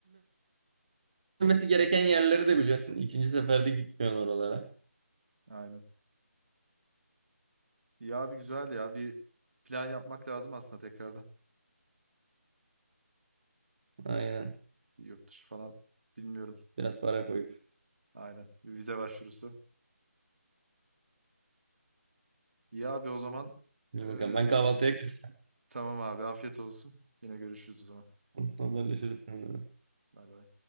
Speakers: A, on the right; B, on the right.
A: gidilmemesi gereken yerleri de biliyorsun. İkinci seferde gitmiyorsun oralara.
B: Aynen. Ya abi güzel ya. Bir plan yapmak lazım aslında tekrardan.
A: Aynen.
B: Bir Yurt dışı falan bilmiyorum.
A: Biraz para koyup.
B: Aynen. Bir vize başvurusu. Ya abi o zaman
A: İyi
B: eee,
A: bakalım. Ben kahvaltıya kaçtım.
B: tamam abi afiyet olsun. Yine görüşürüz o zaman.
A: <laughs> Haberleşiriz seninle.
B: Bay bay.